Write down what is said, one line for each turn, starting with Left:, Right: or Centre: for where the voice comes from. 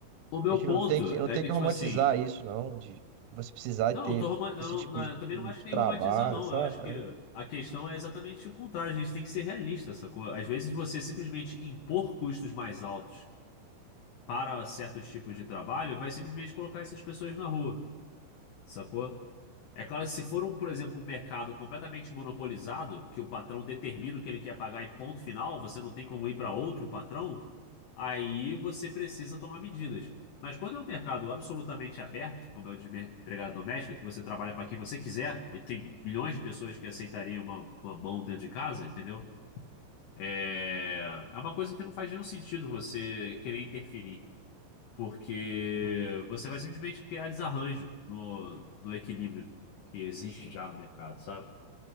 Left: O meu
Right: a gente
Left: ponto
Right: não tem que, não
Left: é
Right: tem
Left: que,
Right: que
Left: tipo
Right: romantizar
Left: assim,
Right: isso, não, de você precisar
Left: Não,
Right: ter
Left: não tô roman-
Right: esse
Left: eu não-
Right: tipo
Left: não
Right: de,
Left: é, eu também
Right: de-
Left: não acho
Right: de
Left: que tem
Right: trabalho,
Left: que romantizar, não.
Right: sabe?
Left: Eu acho que
Right: É,
Left: a questão é exatamente o contrário. A gente tem que ser realista, sacou? Às vezes você simplesmente impor custos mais altos para certos tipos de trabalho vai simplesmente colocar essas pessoas na rua, sacou? É claro que se for um, por exemplo, um mercado completamente monopolizado, que o patrão determina o que ele quer pagar e ponto final, você não tem como ir para outro patrão, aí você precisa tomar medidas. Mas quando é um mercado absolutamente aberto, como é o de empregada doméstica, que você trabalha para quem você quiser, e tem milhões de pessoas que aceitariam uma, uma mão dentro de casa, entendeu? É, é uma coisa que não faz nenhum sentido você querer interferir porque você vai simplesmente criar desarranjo no, no equilíbrio que existe já no mercado, sabe?